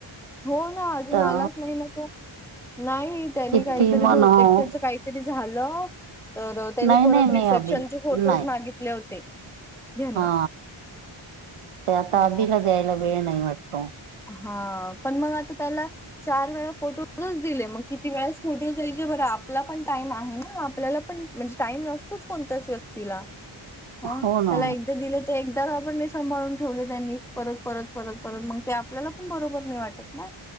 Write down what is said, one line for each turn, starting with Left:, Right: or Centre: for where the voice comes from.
Centre: हो ना अजून
Right: तर
Centre: आलाच नाही ना तो. नाही त्यांनी
Right: किती
Centre: काहीतरी
Right: म्हणाव
Centre: बहुतेक त्याच काही ते झालं तर, त्यांनी
Right: नाही
Centre: परत
Right: नाही
Centre: रिसेप्शनचे
Right: मी अभि
Centre: फोटोज
Right: नाही
Centre: मागितले होते. यांना
Right: हा, ते आता
Centre: मग
Right: अभीला द्यायला वेळ नाही वाटत.
Centre: हा, पण मग आता त्याला. चार वेळा फोटोजच दिले. मग किती वेळास फोटो द्यायचे. बरं आपला पण टाइम आहे ना. आपल्याला पण, म्हणजे टाईम नसतोच, कोणत्याच व्यक्तीला. हम्म
Right: हो ना
Centre: त्याला एकदा दिलं तर एकदा पण म सांभाळून ठेवले त्यांनी परत परत परत परत मग ते आपल्याला पण बरोबर नाही वाटत ना